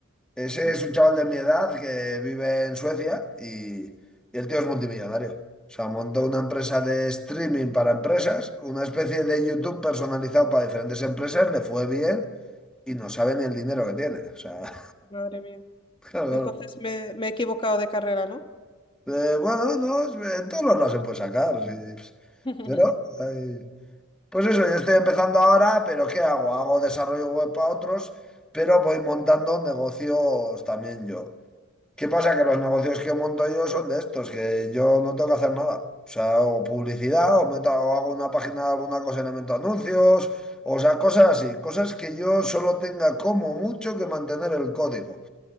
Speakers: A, in the centre; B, on the left.
A: Ese
B: Mm,
A: es un chaval de mi edad que vive en Suecia y, y el tío es multimillonario. O sea, montó una empresa de streaming para empresas, una especie de YouTube personalizado para diferentes empresas, le fue bien y no sabe ni el dinero que tiene. O sea,
B: Madre mía.
A: <laughs> claro, claro.
B: Entonces me, me he equivocado de carrera, ¿no?
A: Eh, bueno, no, es- en todos los lados se puede sacar. sí.
B: <laughs>
A: Pero, ay, pues eso, yo estoy empezando ahora, pero ¿qué hago? Hago desarrollo web para otros, pero voy montando negocios también yo. ¿Qué pasa? Que los negocios que monto yo son de estos, que yo no tengo que hacer nada. O sea, o publicidad, o, meto- o hago una página de alguna cosa y le meto anuncios, o sea, cosas así, cosas que yo solo tenga como mucho que mantener el código.